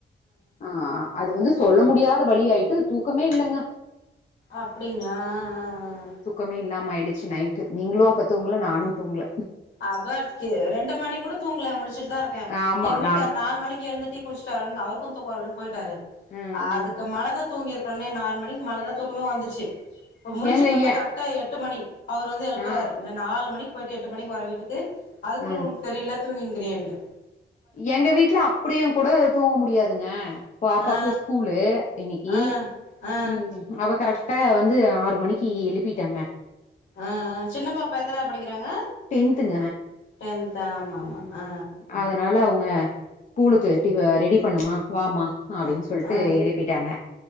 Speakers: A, on the left; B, on the left.
A: ஆ அது வந்து சொல்ல முடியாத வலி ஆயிட்டு தூக்கமே இல்லங்க
B: அப்டிங்களா ஆ ஆ ஆ
A: தூக்கமே இல்லாம ஆயிடு ச்சு நைட்டு நீங்களு அப்ப தூங்கல நானு தூங்ல
B: அதாக்கு ரெண்டு மணி கூட தூங்ல முழிச்சிட்டுதா இருக்க
A: ஆமா
B: எங்க வீட்டுக்காரு
A: நான்
B: நாலு மணிக்கு எழுந்துட் டீ குடிச்சிட்டு வர்றனு அவருக்கு தூக்க வர்லனு போயிட்டாரு
A: ம் ம்
B: அதுக்கு மேலதா தூங்கிருப்பனே நாலு மணிக்கு மேலதா தூக்கமே வந்துச்சு முழிச்சு
A: ஏங்க
B: பாத்தா
A: ஏ
B: கரெக்டா எட்டு மணி அவரு வந்து எழுப்பறாரு
A: ஆ
B: நா நாலு மணிக்கு போயிட்டு எட்டு மணிக்கு வர வீட்டுக்கு அது கூட
A: ம்
B: உங்களுக்கு தெரில தூங்கினு இருக்கியான்ட்டு
A: எங்க வீட்ல அப்படியு கூட தூங்க முடியாதுங்க பாப்பாக்கு
B: ஆ
A: ஸ்கூலு இன்னைக்கு
B: ஆ ஆ
A: ம் அவ கரெக்டா வந்து ஆறு மணிக்கு எழுப்பிட்டங்க
B: ஆ ஆ சின்னப்பாப்பா எத்தனாவது படிக்கிறாங்க
A: டென்த்துங்க
B: டென்த் ஆமாமா
A: ம்
B: ஆ
A: அதனால அவங்க ஸ்கூலுக்கு டி ரெடி பண்ணுமா வாமா அப்டின்னு
B: ஆ
A: சொல்ட்டு
B: ஆ ஆ
A: எழுப்பிட்டாங்க